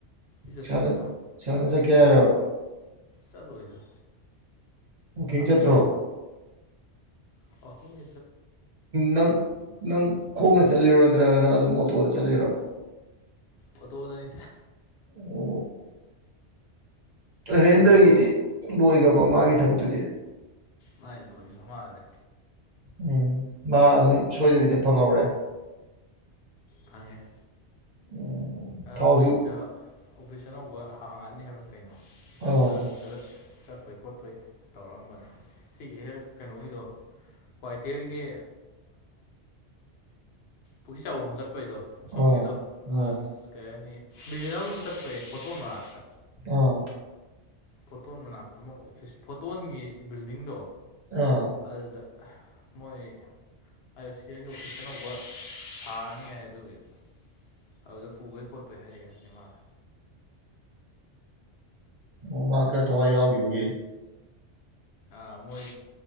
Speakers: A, on the left; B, on the right.
A: ꯏ ꯆꯠꯊꯣꯛꯀꯦ
B: ꯁꯥꯟꯅ ꯆꯠꯀꯦ ꯍꯥꯏꯔꯕ
A: ꯆꯠ ꯂꯣꯏꯗ
B: ꯀꯡ ꯆꯠ꯭ꯔꯣ
A: ꯋꯥꯀꯤꯡ
B: ꯅꯪ ꯅꯪ ꯈꯣꯡꯅ ꯆꯠꯂꯤꯔꯣ ꯅꯠꯇ꯭ꯔꯒꯅ ꯑꯗꯨꯝ ꯑꯣꯇꯣꯗ ꯆꯠꯂꯤꯔꯣ
A: ꯑꯣ ꯇꯣ ꯑꯣꯗꯅꯤꯗ
B: ꯑꯣ ꯔꯦꯟꯗꯔꯒꯤꯗꯤ
A: ꯑꯣꯇꯣ
B: ꯂꯣꯏꯈ꯭ꯔꯕ ꯃꯥꯒꯤ ꯊꯕꯛꯇꯨꯗꯤ
A: ꯃꯥꯏ ꯂꯣꯏꯕ ꯃꯥꯔꯦ
B: ꯎꯝ ꯃꯥ ꯑꯗꯨꯝ ꯁꯣꯏꯗꯕꯤꯗ ꯐꯪꯍꯧꯔꯦ
A: ꯐꯪꯉꯦ
B: ꯎꯝ ꯊꯥꯎꯁꯨ
A: ꯃꯣꯏꯁꯤꯗ ꯑꯣꯐꯤꯁ ꯑꯅꯧꯕ ꯍꯥꯡꯉꯛꯑꯅꯤ ꯍꯥꯏꯕ ꯀꯩꯅꯣ
B: ꯑꯥ
A: ꯑꯗꯨꯗ ꯆꯠꯄꯩ ꯈꯣꯠꯄꯩ ꯇꯧꯔꯛꯑꯝꯕꯅꯤ ꯁꯤꯒꯤ ꯍꯦꯛ ꯀꯩꯅꯣꯒꯤꯗꯣ ꯀ꯭ꯋꯥꯊꯤꯒꯤ ꯄꯨ꯭ꯔꯤ ꯆꯥꯎꯔꯣꯝ ꯆꯠ ꯆꯠꯄꯩꯗꯣ ꯁꯣꯝꯒꯤꯗꯣ
B: ꯑꯥ ꯑꯥ
A: ꯑꯁ ꯀꯩ ꯍꯥꯏꯅꯤ ꯃꯤꯂꯤꯅꯝ ꯑꯃ ꯆꯠꯄꯩ ꯐꯣꯇꯣ ꯃꯔꯅꯥꯛꯇ
B: ꯑꯥ
A: ꯐꯣꯇꯣꯟ ꯃꯅꯥꯛꯇ ꯃ ꯑꯣꯐꯤꯁ ꯐꯣꯇꯣꯟꯒꯤ ꯕꯤꯜꯗꯤꯡꯗꯣ
B: ꯑꯥ
A: ꯑꯗꯨꯗ ꯃꯣꯏ ꯑꯥꯏ ꯑꯦꯐ ꯁꯤ ꯑꯥꯏꯒꯤ ꯑꯣꯐꯤꯁꯇꯅꯧꯕ ꯐꯥꯅꯤ ꯍꯥꯏ ꯑꯗꯨꯒꯤ ꯑꯗꯨꯗ ꯄꯨꯕꯩ ꯈꯣꯠꯄꯩ ꯍꯥꯏꯔꯛꯑꯦꯕꯅꯤ ꯃꯥꯂꯦ
B: ꯑꯣ ꯃꯥ ꯈꯔ ꯊꯋꯥꯏ ꯌꯥꯎꯈꯤꯕꯒꯦ
A: ꯑꯥ ꯃꯣꯏ